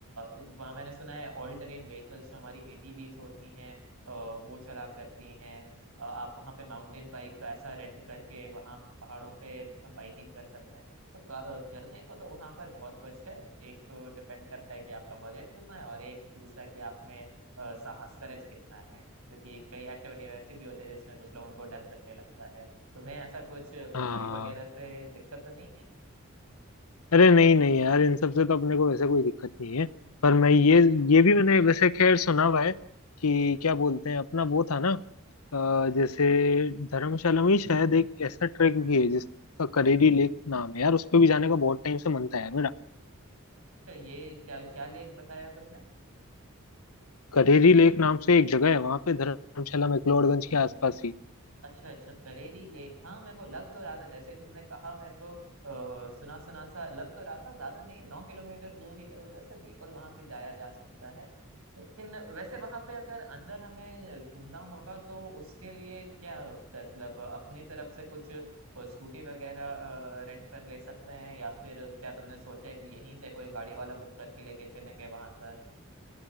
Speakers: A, on the right (about 80°); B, on the left (about 80°).
A: इस- वहाँ मैंने सुना है ऑल टेरेन व्हीकल्स जो हमारी एटीवीज होती हैं अ, वो चला करती हैं अ, आप वहाँ पे माउंटेन बाइक ऐसा रेंट करके वहाँ पहाड़ों पे बाइकिंग कर सकते हैं तो का- अ, करने को तो तो वहाँ पर बहुत कुछ है एक तो डिपेंड करता है कि आपका बजट कितना है और एक दूसरा कि आप में अ, साहस करेज कितना है क्योंकि कई एक्टिविटी वैसी भी होती है जिसमें कुछ लोगों को डर लगने लगता है तुम्हें ऐसा कुछ ऊंचाई
B: हाँ
A: वगैरह से दिक्कत तो नहीं है
B: अरे नहीं नहीं यार इन सब से तो अपने को वैसे कोई दिक्कत नहीं है पर मैं ये ये भी मैंने वैसे खैर सुना हुआ है कि क्या बोलते हैं अपना वो था ना अ, जैसे धर्मशाला में ही शायद एक ऐसा ट्रैक भी है जिसका करेरी लेक नाम है यार उस पे भी जाने का बहुत टाइम से मन था यार मेरा
A: तो ये क्या क्या लेख बताया तुमने
B: करेरी लेक नाम से एक जगह है वहां पे धर्मशाला मैक्लोडगंज के आसपास ही
A: अच्छा अच्छा करेरी लेक हाँ मेरे को लग तो रहा था जैसे ही तुमने कहा मेरे को आ, सुना सुना सा लग तो रहा था ज्यादा नहीं नौ किलोमीटर दूर ही है उधर से बिल्कुल वहां भी जाया जा सकता है लेकिन वैसे वहां पे अगर अंदर हमें घूमना होगा तो उसके लिए क्या मतलब अपनी तरफ से कुछ स्कूटी वगैरह रेंट पर ले सकते हैं या फिर क्या तुमने सोचा है कि यहीं से कोई गाड़ी वाला बुक करके लेके चलेंगे वहां तक